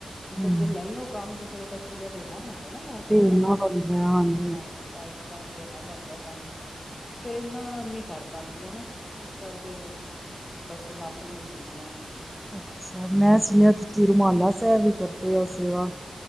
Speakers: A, on the left; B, in the centre.
A: ਤੇ
B: ਹਮ
A: ਫੇਰ ਜੇ ਲੈਲਓ ਕੰਮ ਤੇ ਫੇਰ ਉਹ ਤਾਂ ਪੂਰਾ ਦੇਣਾ ਭੈ ਨਾ ਕਰਕੇ
B: ਦੇਣਾ
A: ਹਨਾ
B: ਪੈਂਦਾ ਹੈ, ਹਾਂਜੀ
A: ਹਾਂ ਟਾਈਮ ਦੇਣਾ ਪੈਂਦਾ ਕੰਮ ਫਿਰ ਇਹਨਾ ਨ ਕਰ ਪਾਉਂਦੀ ਆ ਨਾ ਇਸ ਕਰਕੇ ਬਸ ਨੱਪਣੇ ਸੀਨ ਆ
B: ਅੱਛਾ ਮੈਂ ਸੁਣਿਆ ਤੁਸੀਂ ਰੁਮਾਲਾ ਸ ਵੀ ਕਰਦੇ ਉਹ ਸੇਵਾ।